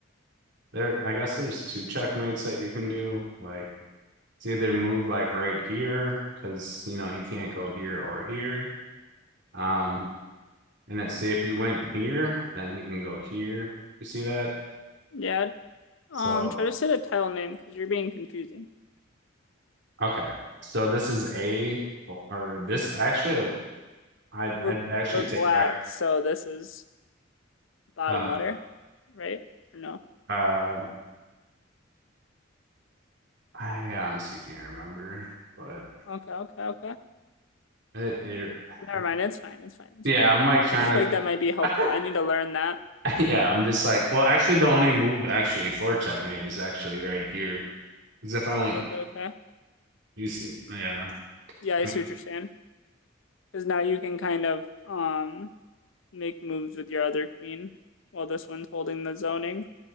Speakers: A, on the right; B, on the left.
A: there I guess there's two checkmates that you can do. Like it's either move like right here because you know he can't go here or here. Um, and then see if you went here, then he can go here. You see that?
B: Yeah.
A: So
B: Um, try to say the tile name because you're being confusing.
A: okay, so this is a or this actually I
B: We're
A: I'd actually
B: we're
A: take
B: black,
A: back
B: so this is bottom
A: uh
B: letter, right? Or no?
A: uh I honestly can't remember, but
B: Okay, okay, okay.
A: it, it,
B: Never
A: it-
B: mind. It's fine. It's fine. It's
A: yeah,
B: fine.
A: I'm like trying
B: I just feel
A: to,
B: like that might be helpful.
A: <laughs>
B: I need to learn that.
A: yeah, I'm just like, well, actually, the only move actually for checkmate is actually right here. Because if I went,
B: Okay, okay.
A: you see, yeah,
B: Yeah, I
A: I mean,
B: see what you're saying. Because now you can kind of um make moves with your other queen while this one's holding the zoning.